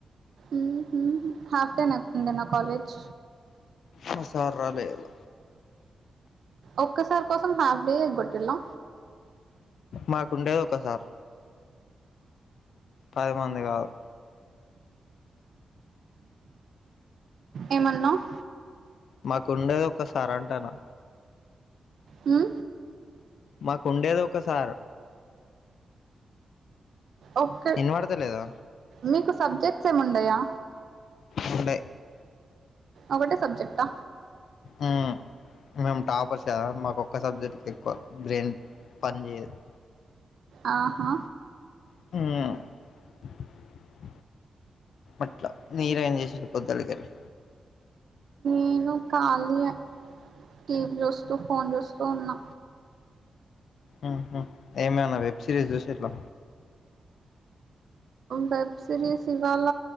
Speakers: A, on the right; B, on the left.
A: ఉహు హాఫ్ డే నాకుండేనా కాలేజ్
B: మా సార్ రాలే ఇయాల
A: ఒక్క సార్ కోసం హాఫ్ డే ఎగ్గోట్టిలా
B: మాకుండేది ఒక సార్ పది మంది గాదు
A: ఏమన్నావ్
B: మాకు ఉండేది ఒక సార్ అంటనా
A: మ్
B: మాకుండేది ఒకసార్
A: ఓకే
B: వినపడతలేదా
A: మీకు సబ్జెక్ట్స్ ఏముండయా
B: వుండే
A: ఒకటే సబ్జెక్టా
B: ఆ మేము టాపర్స్ కదా మాకు ఒక్క సబ్జెక్ట్కి ఎక్కువ బ్రెయిన్ పని చేయదు
A: అ హా
B: మ్ అట్ల మీరు ఏం చేసిరు పొద్దాలకెల్లీ
A: నేను ఖాళీయే టీవీ చూస్తూ ఫోన్ చూస్తూ ఉన్నా
B: మ్ హూ ఏమైనా వెబ్ సిరీస్ చూసిరా
A: వెబ్ సిరీస్ ఇవాళ